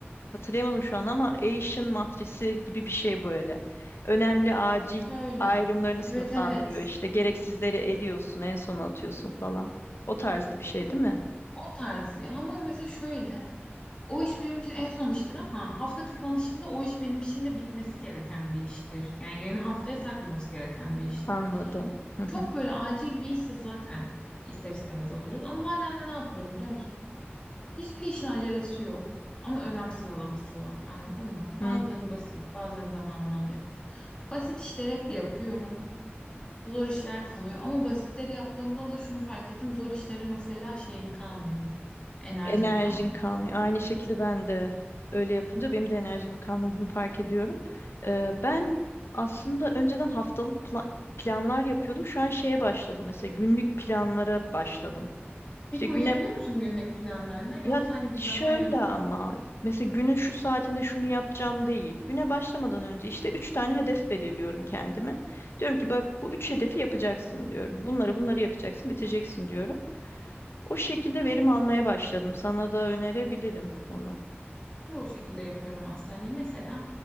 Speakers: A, on the left; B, on the left.
A: hatırlayamadım şu an ama Asian matrisi gibi bir şey böyle. Önemli acil
B: şöyle.
A: ayrımlarını sınıflandırıyor
B: Evet evet.
A: işte. Gereksizleri eliyorsun, en sona atıyorsun falan. O tarzı bir şey değil mi?
B: O tarz ya. Ama mesela şöyle. O iş benim için en son iştir ama hafta kapanışında o iş benim için de bitmesi gereken bir iştir. Yani yeni haftaya takmamız gereken bir iştir.
A: Anladım. Hı hı.
B: Çok böyle acil bir işse zaten ister istemez alıyoruz. Ama bazen de ne yapıyorum biliyor musun? Hiçbir işin acelesi yok. Ama önem sıralaması var. Anladın mı? Bazıları
A: Hı,
B: basit, bazıları zamanım alacak. Basit işleri hep yapıyorum. Zor işler kalıyor. Ama basitleri yaptığımda da şunu fark ettim. Zor işleri mesela şeyim kalmıyor. Enerjim
A: Enerjin
B: kalmıyor.
A: kalmıyor. Aynı şekilde ben de öyle yapınca benim de enerjimin kalmadığını fark ediyorum. Ee, ben aslında önceden haftalık pla- planlar yapıyordum. Şu an şeye başladım mesela günlük planlara başladım.
B: Peki
A: İşte güne
B: uyuyabiliyor musun günlük planlarına? Yoksa
A: ya
B: hani
A: şöyle
B: bir zaman yönetimini
A: ama mesela günün şu saatinde şunu yapacağım değil. Güne başlamadan önce işte üç tane hedef belirliyorum kendime. Diyorum ki bak bu üç hedefi yapacaksın diyorum. Bunları bunları yapacaksın, bitireceksin diyorum. O şekilde verim almaya başladım. Sana da önerebilirim onu.
B: de o şekilde yapıyorum aslında. Hani mesela